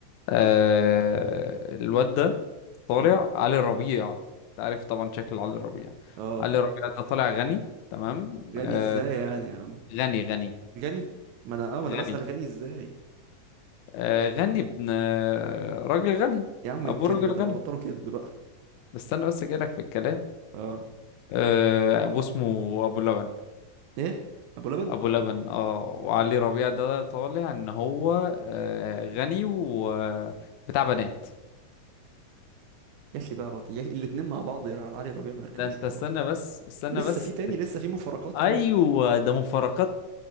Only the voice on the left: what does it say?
آه الواد ده طالع
علي ربيع انت عارف طبعا شكل علي ربيع
علي ربيع ده طالع غني تمام
آه
غني غني
غني
آه، غني ابن آه، راجل غني
ابوه
راجل
غني
استنى بس جايلك في الكلام
آه، ابوه اسمه ابو لبن
ابو لبن اه وعلي ربيع ده طالع ان هو آه، غني وبتاع بنات
ده
انت
استنى بس استنى
بس
ايوه
ده مفارقات